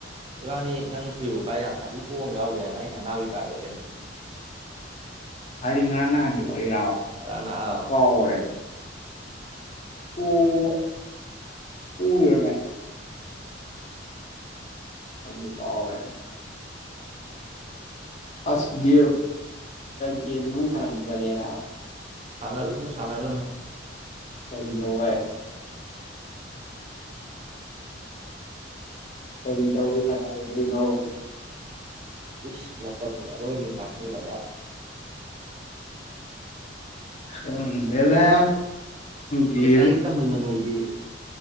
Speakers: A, on the right; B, on the left.
A: ꯏꯕꯥꯅꯤ ꯅꯪ ꯁꯨꯌꯨꯚꯥꯏ ꯌꯥꯝ ꯁꯥꯊꯤ ꯄꯣꯕ ꯑꯃ ꯌꯥꯎꯒꯤꯗꯥꯏ ꯑꯩꯅ ꯑꯅꯥꯕ ꯄꯥꯏꯕ꯭ꯔꯥ ꯀꯩꯅꯣꯝ
B: ꯍꯥꯏꯗꯤ ꯉꯔꯥꯡ ꯅꯍꯟꯒꯤ ꯋꯥꯔꯤꯔ
A: ꯉꯔꯥꯡꯅ ꯑꯥ
B: ꯀꯥꯎꯒꯔꯦ ꯑꯣ ꯄꯣꯒꯤꯕꯅꯦ ꯈꯪꯗꯦ ꯀꯥꯎꯒ꯭ꯔꯦꯅꯦ ꯑꯁ ꯒꯦꯝ ꯒꯦꯝ ꯑꯗꯨꯝ ꯁꯥꯅꯒꯟꯂꯦꯅ
A: ꯁꯅꯔꯨꯅꯨ ꯁꯅꯔꯨꯅꯨ
B: ꯀꯔꯤꯇꯧꯕꯩ ꯀꯔꯤ ꯇꯧꯕꯩ ꯁꯥꯅꯔꯣꯏꯗ꯭ꯔꯤꯅꯣ <unintelligible>
A: ꯏꯁ ꯃꯇꯝ ꯑꯔꯣꯏꯕꯤ ꯃꯥꯡꯍꯜꯂꯒ
B: ꯈꯪꯗꯦꯗ ꯒꯦꯝ
A: ꯅꯣꯏ ꯂꯥꯏꯔꯤꯛ ꯇꯝꯃꯤꯕ ꯅꯣꯏꯗꯤ